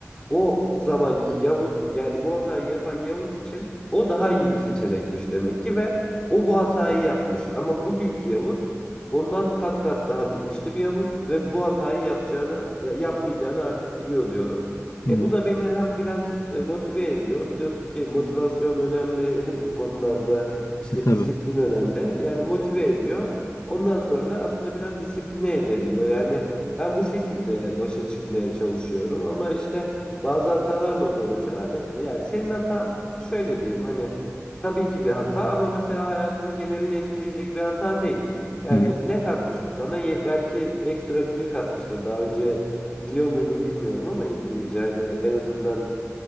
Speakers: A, on the left (about 15°); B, on the left (about 75°).
A: o zamanki Yavuz yani bu hatayı yapan Yavuz için o daha iyi bir seçenekmiş demek ki ve o bu hatayı yapmış. Ama bugünkü Yavuz ondan kat kat daha bilinçli bir Yavuz ve bu hatayı yapacağını ya- yapmayacağını artık biliyor diyorum.
B: hı.
A: E bu da beni hem birazcık e, motive ediyor. Biliyorsun ki motivasyon önemli <laughs> bu konularda işte
B: E, tabii.
A: disiplin önemli. Yani motive ediyor. Ondan sonra da aslında biraz disipline edebiliyor. Yani ben bu şekilde başa çıkmaya çalışıyorum ama işte bazı hatalar da oluyor mesela. Ve- Yani senin hatan şöyle diyeyim hani tabii ki bir hata ama mesela hayatının genelini etkileyecek bir hata değil. Yani
B: Hı hı.
A: ne katmış bu sana? Ye- belki ekstra bir dil katmıştır. Daha önce biliyor muydum bilmiyorum ama İngilizce hani en azından